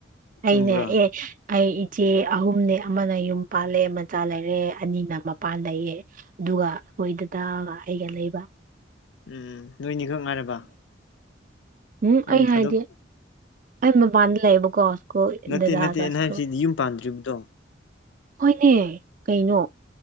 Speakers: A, on the right (about 45°); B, on the left (about 75°).
A: ꯑꯩꯅꯦ
B: ꯆꯨꯝꯕ꯭ꯔꯣ
A: ꯑꯦ ꯑꯩ ꯏꯆꯦ ꯑꯍꯨꯝꯅꯦ ꯑꯃꯅ ꯌꯨꯝ ꯄꯥꯜꯂꯦ ꯃꯆꯥ ꯂꯩꯔꯦ, ꯑꯅꯤꯅ ꯃꯄꯥꯟ ꯂꯩꯌꯦ꯫ ꯑꯗꯨꯒ ꯑꯩꯈꯣꯏ ꯗꯥꯗꯒ ꯑꯩꯒ ꯂꯩꯕ
B: ꯎꯝ ꯅꯣꯏꯅꯤꯈꯛ ꯉꯥꯏꯔꯕ?
A: ꯎꯝ
B: ꯌꯨꯝ
A: ꯑꯩ ꯍꯥꯏꯗꯤ
B: ꯊꯥꯗꯣꯛ
A: ꯑꯩ ꯃꯄꯥꯟꯗ ꯂꯩꯌꯦꯕꯀꯣ꯫ ꯀꯣ
B: ꯅꯠꯇꯦ
A: ꯗꯗꯥ
B: ꯅꯠꯇꯦ
A: ꯑꯀꯥꯁ
B: ꯑꯩꯅ ꯍꯥꯏꯕꯁꯤꯗꯤ
A: ꯀꯣ
B: ꯌꯨꯝ ꯄꯥꯟꯗ꯭ꯔꯤꯕꯗꯣ
A: ꯍꯣꯏꯅꯦ ꯀꯩꯅꯣ꯫